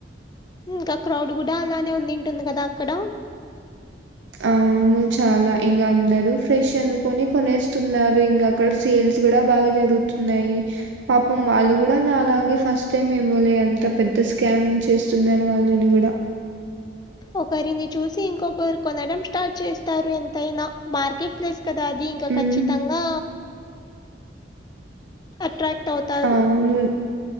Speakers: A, on the left (about 20°); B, on the right (about 75°).
A: ఇంకా క్రౌడ్ గూడా అలానే ఉందింటుంది గదా అక్కడ
B: అవును చాలా ఇంగా అందరు ఫ్రెష్ అనుకోని కొనేస్తున్నారు ఇంగా అక్కడ సేల్స్ గూడా బాగా జరుగుతున్నాయి పాపం వాళ్ళు గూడా నాలాగే ఫస్ట్ టైమ్ ఏమో లే అంత పెద్ద స్కామ్ చేస్తుందని వాళ్ళని గూడా
A: ఒకరిని చూసి ఇంకొకరు కొనడం స్టార్ట్ చేస్తారు ఎంతైనా మార్కెట్ ప్లేస్ కదా అది ఇక
B: హ్మ్.
A: ఖచ్చితంగా అట్రాక్ట్ అవుతారు
B: అవును